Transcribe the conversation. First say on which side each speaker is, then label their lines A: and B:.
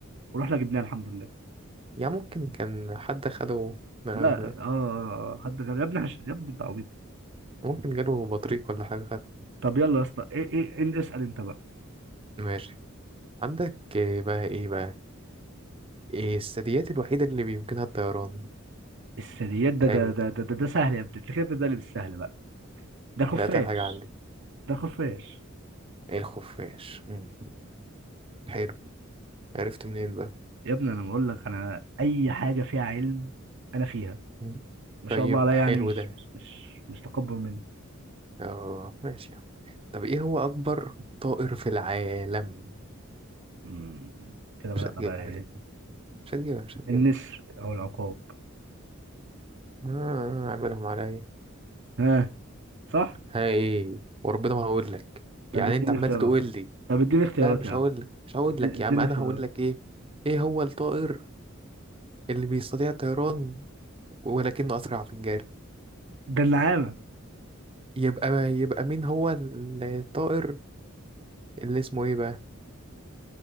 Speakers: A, on the right; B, on the right.
A: ورحنا جبناه الحمد لله
B: يا ممكن كان حد خده نقله
A: لا
B: هناك
A: اه آه، آه، حد غير يا ابني حش... يا ابني انت عبيط
B: ممكن جاله بطريق ولا حاجة خده
A: طب يلا يا اسطى ايه ايه إيه- اسال انت بقى
B: ماشي عندك ايه بقى ايه بقى إيه الثدييات الوحيدة اللي بيمكنها الطيران
A: الثدييات ده
B: حلو
A: ده ده
B: دي
A: ده ده, ده سهل يا ابني انت كده بتبدأ لي بالسهل بقى ده خفاش
B: ده أتقل حاجة عندي
A: ده خفاش
B: الخفاش مم. حلو عرفت منين بقى
A: يا ابني انا بقول لك انا اي حاجه فيها علم انا فيها
B: مم.
A: ما
B: طيب
A: شاء الله عليا يعني
B: حلو
A: مش
B: ده
A: مش مش مش تكبر مني
B: اه ماشي يعني طب ايه هو أكبر طائر في العالم
A: أمم، كده بدأنا
B: مش هتجيبها
A: بقى ايه
B: دي مش هتجيبها مش هتجيبها
A: النسر او العقاب
B: آه عاملهم عليا
A: ها صح
B: هاي وربنا ما هقول لك
A: طب
B: يعني
A: اديني
B: انت عمال
A: اختيارات
B: تقول لي
A: طب اديني اختيارات
B: لا مش
A: يا عم
B: هقول لك مش هقول
A: ادي-
B: لك
A: اديني
B: يا عم انا
A: اختيارات
B: هقول لك ايه ايه هو الطائر اللي بيستطيع الطيران ولكنه أسرع في الجري
A: ده النعامه
B: يبقى يبقى مين هو الطائر اللي اسمه ايه بقى